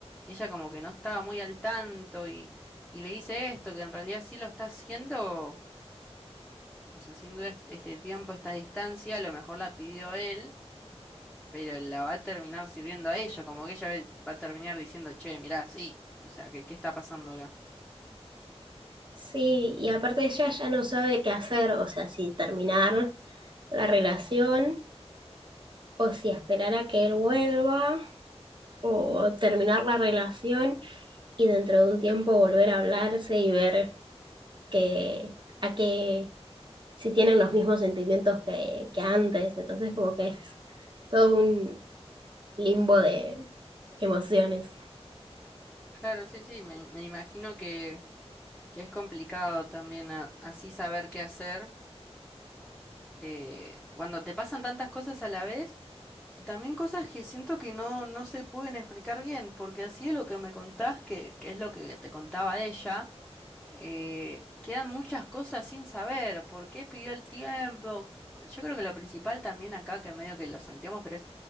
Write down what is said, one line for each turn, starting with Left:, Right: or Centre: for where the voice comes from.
Centre: ella como que no estaba muy al tanto y, y le dice esto, que en realidad sí lo está haciendo. O sea, sin duda este este tiempo, esta distancia, a lo mejor la pidió él, pero la va a terminar sirviendo a ella, como que ella ve- va a terminar diciendo, che, mirá, sí, o sea, ¿qué, qué está pasando acá?
Right: Sí, y aparte ella ya no sabe qué hacer, o sea, si terminar la relación o si esperar a que él vuelva o terminar la relación y dentro de un tiempo volver a hablarse y ver que a qué si tienen los mismos sentimientos que, que antes. Entonces, como que es todo un, limbo de emociones.
Centre: Claro, sí, sí, me, me imagino que, que es complicado también a- así saber qué hacer. eh, cuando te pasan tantas cosas a la vez. Y también cosas que siento que no, no se pueden explicar bien, porque así es lo que me contás, que, que es lo que te contaba ella, eh, quedan muchas cosas sin saber. ¿Por qué pidió el tiempo? Yo creo que lo principal también acá, que medio que lo salteamos, pero es